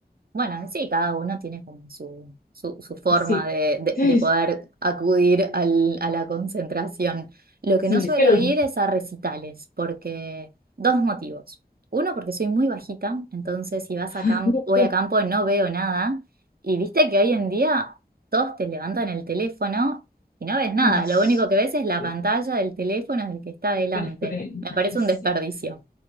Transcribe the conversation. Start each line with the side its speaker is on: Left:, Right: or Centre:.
Right: Bueno, sí, cada uno tiene como su, su, su forma
Left: Sí,
Right: de, de-
Left: <laughs>
Right: de
Left: es-
Right: poder acudir al- a la concentración. Lo que
Left: sí,
Right: no suelo
Left: es que los...
Right: ir es a recitales, porque dos motivos. Uno, porque soy muy bajita, entonces si vas
Left: <laughs>
Right: a campo, voy a campo no veo nada. Y viste que hoy en día todos te levantan el teléfono y no ves nada.
Left: Ay,
Right: Lo único que ves es la
Left: sí,
Right: pantalla del teléfono del que está adelante.
Left: pero- pero- ay,
Right: Me parece
Left: sí,
Right: un desperdicio.